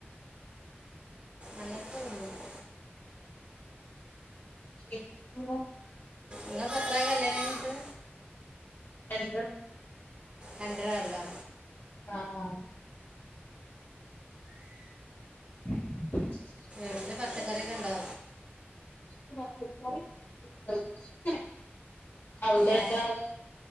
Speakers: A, on the right; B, on the left.
A: അങ്ങൻത്തെതൊന്നുല്ല.
B: പിന്നെന്താ
A: ഇങ്ങൾ എത്രായി കല്യാണം കഴിഞ്ഞിട്ട്?
B: രണ്ടര ർഷായി
A: രണ്ടരകൊല്ലോ?
B: ആ ആ <inaudible>
A: വീട്ടില് പച്ചക്കറിയൊക്കെണ്ടോ?
B: ഇൻക്ക് പച്ചക്കറി ഇഷ്ടല്ല്യ <unintelligible>
A: ഏ